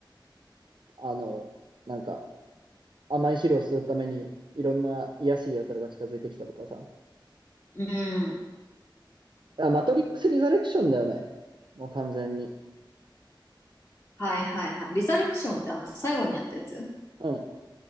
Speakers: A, on the right (about 65°); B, on the left (about 25°).
A: あの、なんか、甘い汁を吸うために、いろんな卑しい奴らが近づいてきたとかさ。
B: うん。
A: あ、マトリックス・リザレクションだよね。もう完全に。
B: はいはいはい。リザレクションってあの、最後にやったやつ
A: うん。